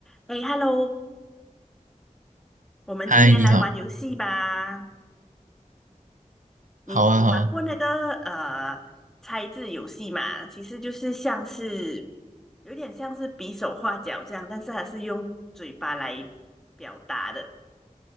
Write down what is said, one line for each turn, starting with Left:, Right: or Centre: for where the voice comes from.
Centre: 哎，Hello，我们今天来玩游戏吧。
Right: 嗨，你好，
Centre: 你你玩过那个呃猜字游戏嘛？
Right: 好啊，好啊，
Centre: 其实就是像是有点像是比手画脚这样，但是还是用嘴巴来表达的。